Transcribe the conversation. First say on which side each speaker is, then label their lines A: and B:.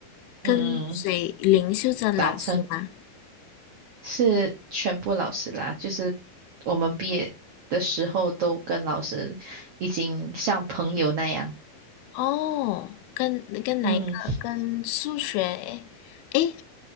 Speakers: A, on the left; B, on the right.
A: 跟谁林秀珍老师吗？
B: 嗯达成是全部老师啦，就是我们毕业的时候都跟老师已经像朋友那样，
A: 哦，跟跟哪一个？
B: 嗯。
A: 跟数学？哎哎，